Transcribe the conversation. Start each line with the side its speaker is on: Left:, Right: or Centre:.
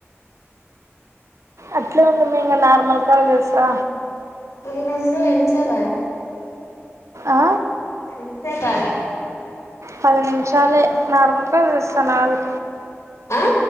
Right: అట్లే ఉండు మే ఇంగ నార్మల్ కాల్ చేస్తా
Left: ఉండుండు ఎంసేపాయ
Right: ఆ
Left: ఎంసేపాయ
Right: పది నిమిషాలే నార్మల్ కాల్ చెస్తాను ఆగు
Left: ఆ